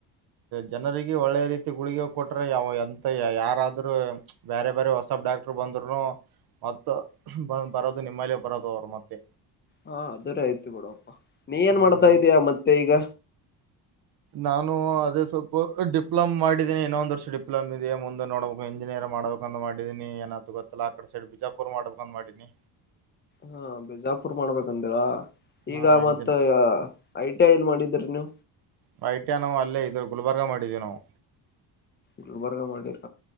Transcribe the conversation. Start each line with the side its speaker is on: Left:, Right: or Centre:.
Right: ಜನರಿಗೆ ಒಳ್ಳೆ ರೀತಿ ಉುಳಿಗೆ ಕೊಟ್ರ ಯಾವ ಎಂತ ಯಾರಾದ್ರರು ಬೇರೆ ಬೇರೆ ಹೊಸಬ್ ಡಾಕ್ಟರ್ ಬಂದ್ರುನು ಮತ್ತ ಬ ಬರೋದು ನಿಮ್ಮಲ್ಲಿ ಬರೋದು ಅವರು ಮತ್ತೆ
Left: ಹಾ ಅದರ ಆಯ್ತು ಕೊಡುವಪ್ಪ ನೀ ಏನ್
Right: ಹ್ಮ್
Left: ಮಾಡ್ತಾ ಇದೀಯಾ ಮತ್ತೆ ಈಗ
Right: ನಾನು ಅದೇ ಸ್ವಲ್ಪ ಡಿಪ್ಲೊಮ್ ಮಾಡಿದೀನಿ ಇನ್ನೊಂದ ವರ್ಷ ಡಿಪ್ಲೊಮ್ ಇದೆಯ ಮುಂದೆ ನೋಡ್ಬೇಕು ಇಂಜಿನಿಯರ್ ಮಾಡ್ಬೇಕಂದ್ ಮಾಡಿದೀನಿ ಏನಾತದ ಗೊತ್ತಲ್ಲ ಆ ಕಡೆ ಸೈಡ್ ಬಿಜಾಪುರ್ ಮಾಡ್ಬೇಕಂತ ಮಾಡೀನಿ
Left: ಹಾ ಬಿಜಾಪುರ್ ಮಾಡ್ಬೇಕಂದಿರಾ ಈಗ
Right: ಹ
Left: ಮತ್ತ
Right: ಇಂಜಿನ್
Left: ಈಗ ಐ ಟಿ ಐ ಎಲ್ಲಿ ಮಾಡಿದ್ದ <unintelligible>
Right: ವೈಟ್ಯಾ ನಾ ಅಲ್ಲೇ ಇದ್ರ ಗುಲ್ಬರ್ಗ ಮಾಡಿದೀವಿ ನಾವು
Left: ಗುಲ್ಬರ್ಗ ಮಾಡಿರಿ